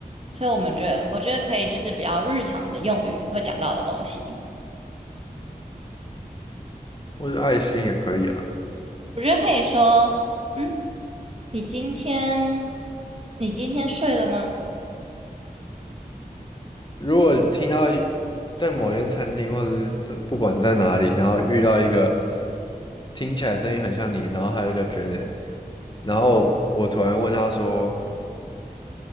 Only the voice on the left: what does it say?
或者爱心也可以啊。
如果听到一在某间餐厅，或者是在不管在哪里，然后遇到一个听起来声音很像你，然后还有叫 Janet，然后我突然问他说：